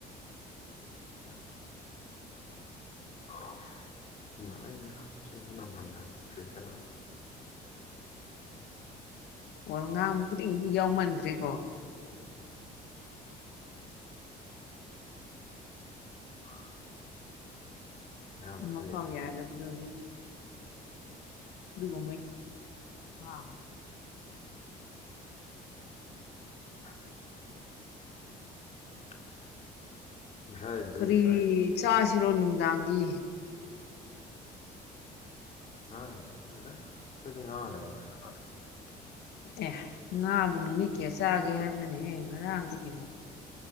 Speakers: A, on the left; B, on the left.
A: <unintelligible> <unintelligible>
B: ꯑꯣ ꯉꯥꯡꯕ ꯈꯨꯗꯤꯡꯗꯨ ꯌꯥꯎꯃꯟꯈ꯭ꯔꯦꯀꯣ
A: <unintelligible> ꯌꯥꯗ꯭ꯔꯗꯤ
B: ꯑꯃ ꯐꯥꯎ
A: ꯌꯥꯗ꯭ꯔꯦꯅ
B: ꯌꯥꯗꯕꯗꯨꯣ ꯑꯗꯨ <unintelligible>
A: <unintelligible> <unintelligible> ꯉꯁꯥꯏꯒꯤꯗꯣ
B: ꯀꯔꯤ
A: ꯌꯦꯡꯗ꯭ꯔꯥ
B: ꯆꯥꯁꯤꯔꯣ ꯅꯨꯡꯗꯥꯡꯗꯤ
A: ꯍꯥ <unintelligible>
B: <unintelligible> ꯑꯦ ꯉꯥꯕꯨ ꯅꯨꯃꯤꯠ ꯀꯌꯥ ꯆꯥꯒꯦ ꯍꯥꯏꯕ꯭ꯔꯅꯦꯍꯦ ꯉꯔꯥꯡꯗꯒꯤꯕꯣ